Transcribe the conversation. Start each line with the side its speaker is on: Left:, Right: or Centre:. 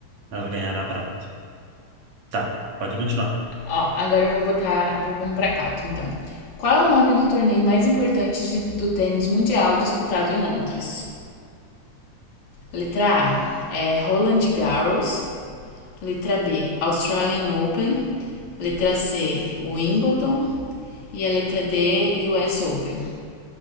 Right: Ela ganhará a prata. Tá, pode continuar.
Left: Ó, agora eu vou botar. Vamos pra quatro, então. Qual é o nome do torneio mais importante de- do tênis mundial disputado em Londres? Letra A é Roland Garros. Letra B, Australian Open. Letra C, Wimbledon. E a letra D, US Open.